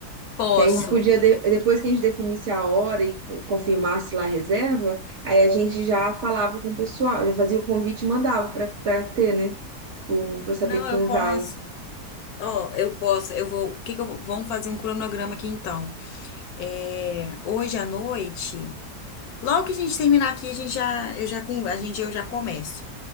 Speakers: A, on the left (about 75°); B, on the right (about 55°).
A: Posso.
B: Que aí a gente podia, de- depois que a gente definisse a hora e con- confirmasse lá a reserva, aí a gente já falava com o pessoal, já fazia o convite e mandava pra, pra ter, né? Tipo, pra saber
A: Não,
B: quem
A: eu posso.
B: vai.
A: Ó, eu posso. Eu vou. O que que eu Vamos fazer um cronograma aqui então. É, hoje à noite, logo que a gente terminar aqui, a gente já, eu já, com- a gente, eu já começo.